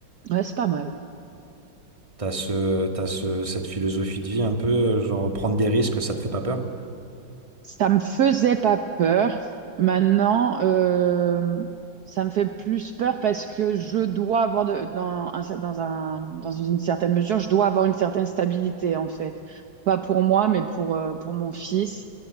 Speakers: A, on the right; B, on the right.
A: ouais, c'est pas mal.
B: T'as ce, t'as ce, cette philosophie de vie un peu, genre prendre des risques, ça te fait pas peur?
A: Ça me faisait pas peur. Maintenant, euh, ça me fait plus peur parce que je dois avoir de- dans un cer- dans un- dans une certaine mesure, je dois avoir une certaine stabilité en fait. Pas pour moi, mais pour, euh, pour mon fils.